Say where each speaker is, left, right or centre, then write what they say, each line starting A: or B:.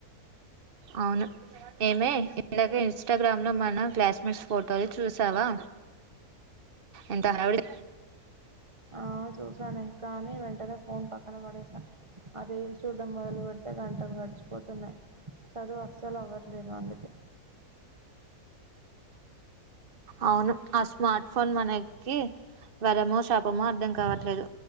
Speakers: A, on the right (about 40°); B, on the right (about 20°).
A: అవును ఏమే ఇందాక ఇన్స్టాగ్రామ్ లో మన క్లాస్మేట్స్ ఫోటోలు చూసావా ఎంత ఆవి
B: ఆ చూసానే కానీ వెంటనే ఫోన్ పక్కన పడేసి ఆ రైలు చూడ్డం మొదలు పెడితే గంటలు గడిచిపోతున్నాయి చదువు అస్సలు అవ్వట్లేదు అందుకే
A: అవును ఆ స్మార్ట్ ఫోన్ మనకి వరమో శాపమో అర్థం కావట్లేదు